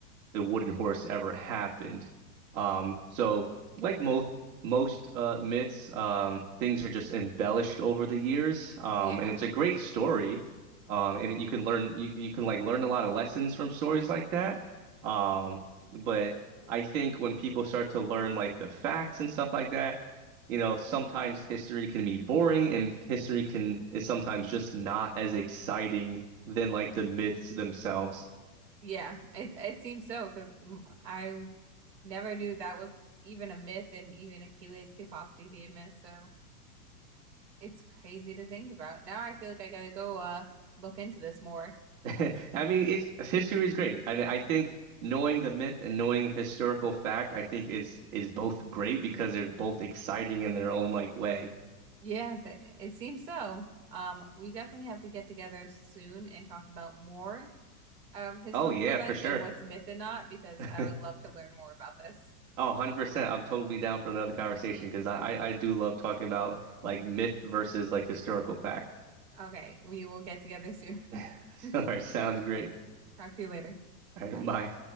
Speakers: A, on the right; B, on the right.
A: the wooden horse ever happened. Um, so like most most uh, myths, um, things are just embellished over the years, um,
B: Yeah.
A: and it's a great story. Um, and you can learn you, you can like learn a lot of lessons from stories like that. Um, but I think when people start to learn like the facts and stuff like that, you know, sometimes history can be boring and history can is sometimes just not as exciting than like the myths themselves.
B: Yeah. It it seems so because I never knew that was even a myth and even Achilles could possibly be a myth. So it's crazy to think about. Now I feel like I gotta go uh look into this more.
A: <laughs> I mean, it's history is great, and I think knowing the myth and knowing historical fact, I think is is both great because they're both exciting in their own like way.
B: Yeah, th it seems so. Um, we definitely have to get together soon and talk about more of historical
A: Oh yeah,
B: events
A: for sure.
B: and what's myth and not, because
A: <laughs>
B: I would love to learn more about this.
A: Oh, 100%. I'm totally down for another conversation because I, I I do love talking about like myth versus like historical fact.
B: Okay, we will get together soon.
A: <laughs>
B: <laughs>
A: All right, sounds great.
B: Talk to you later.
A: All right,
B: Bye.
A: bye.